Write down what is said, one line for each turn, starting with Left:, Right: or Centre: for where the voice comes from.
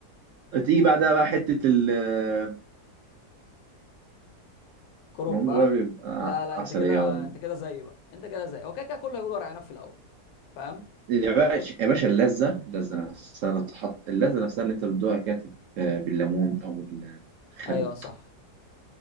Right: تيجي بعدها بقى حته الكرنب
Left: كرنب
Right: الكرنب
Left: بقى
Right: بقى بيبقى
Left: لا لا
Right: عسليه
Left: انت كده
Right: أوي
Left: انت كده زي بقى انت كده زي هو كده كده كله هيقول ورق عنب في الاول فاهم
Right: يا باشا يا باشا اللذة اللذة نفسها اللي تحط اللذة نفسها اللي انت بتدوقها كده تبقى بالليمون او الخل
Left: ايوه صح